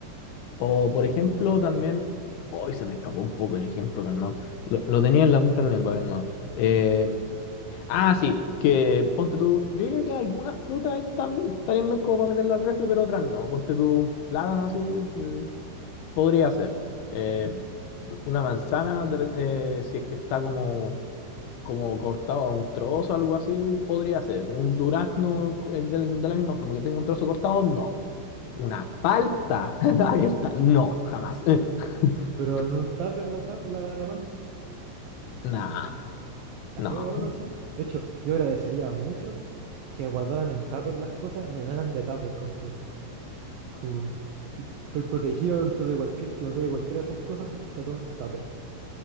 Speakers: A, on the left; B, on the right.
A: O, por ejemplo, también. Hoy se me escapó un poco el ejemplo, calmado. Lo, lo tenía en la punta de la lengua, calmado. Eh, ah, sí, que ponte tú. Yo diría que algunas frutas están, estarían bien como para meterlas al refri, pero otras no. Ponte tú un plátano así. eh, Podría ser. eh, una manzana, de- eh, si es que está como, como cortado a un trozo, algo así, podría ser. Un durazno co- eh, del- de, la misma forma que tengo un trozo cortado, no. Una palta <laughs> abierta, no, jamás. <laughs>
B: Pero en un tupper la, tap- la, la palta.
A: Nah,
B: Ya,
A: no.
B: yo guardo así. De hecho, yo agradecería mucho que guardaran en tupper las cosas, me llenaran de tupper con cosas. Es como que estoy protegido dentro de cualquier, que me toque cualquiera de esas cosas porque está todo en tupper.